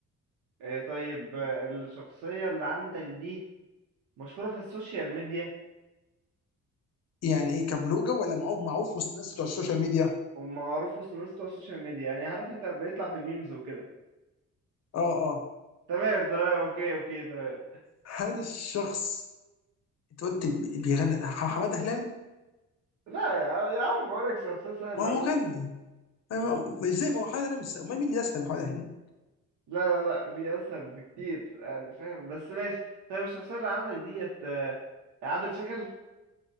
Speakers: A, on the right (about 75°); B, on the left (about 55°).
A: إيه طيب آه، الشخصية اللي عندك دي مشهورة في السوشيال ميديا
B: يعني ايه كبلوجة ولا معروف معروف وسط الناس بتوع السوشيال ميديا
A: ومعروف وسط الناس بتوع السوشيال ميديا يعني عارف انت بيطلع في الميمز وكده
B: اه اه
A: تمام تمام اوكي اوكي تمام
B: هل الشخص انت قلت بي- بيغني ح- حماده هلال
A: لا يا يا عم بقولك شخصية سهلة
B: وهو
A: أموت
B: مغني أنا ما- هو- ازاي ما هو حماده هلال مش أمال مين اللي يسهل حماده هلال
A: لا لا لا في أسهل بكتير يعني فاهم بس ماشي طيب الشخصية اللي عندك ديت آه، عدد شكل